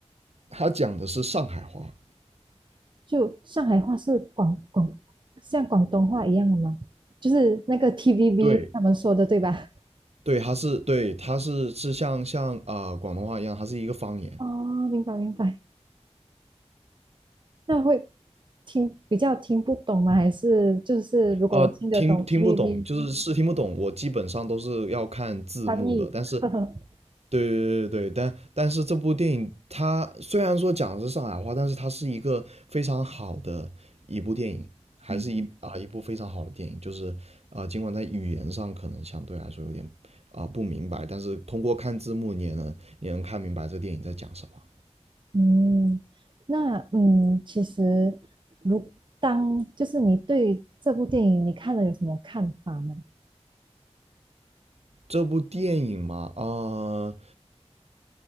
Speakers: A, on the right; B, on the right.
A: 它讲的是上海话。
B: 就上海话是广广像广东话一样的吗？就是那个 TVB
A: 对
B: 他们说的，对吧？
A: 对，它是对它是是像像啊、呃广东话一样，它是一个方言。
B: 哦，明白明白。那会听比较听不懂吗？还是就是如果我听得懂
A: 啊，听听不懂，
B: TVB
A: 就是是听不懂，我基本上都是要看字幕的。
B: 翻译，
A: 但是，
B: <laughs> 呵呵，
A: 对对对对，但但是这部电影它虽然说讲的是上海话，但是它是一个非常好的一部电影，还是一啊、
B: 嗯
A: 一部非常好的电影。就是啊、尽管在语言上可能相对来说有点啊、不明白，但是通过看字幕你也能你能看明白这电影在讲什么。
B: 嗯，那嗯，其实如当就是你对这部电影你看了有什么看法呢？
A: 这部电影嘛，啊、